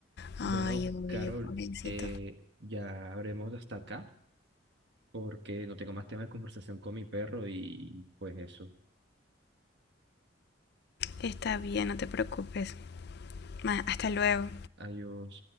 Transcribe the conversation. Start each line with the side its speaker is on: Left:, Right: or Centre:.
Left: Ay,
Right: Bueno,
Left: oye,
Right: Carol,
Left: pobrecito.
Right: eh, ya habremos hasta acá, porque no tengo más tema de conversación con mi perro y pues eso.
Left: Está bien, no te preocupes. Ma, Hasta luego.
Right: Adiós.